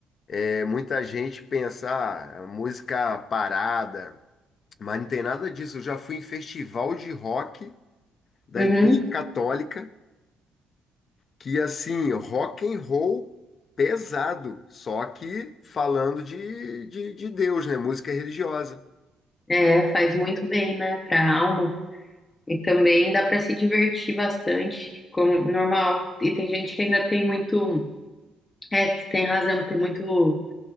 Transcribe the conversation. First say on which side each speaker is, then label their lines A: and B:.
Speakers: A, on the left; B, on the left.
A: É muita gente pensar ah, música parada, mas não tem nada disso. Eu já fui em festival de rock da
B: Uhum.
A: Igreja Católica, que assim, rock and roll pesado, só que falando de, de, de Deus, né? Música religiosa.
B: É, faz muito bem, né, para a alma. E também dá para se divertir bastante, como normal. E tem gente que ainda tem muito, é, tem razão, tem muito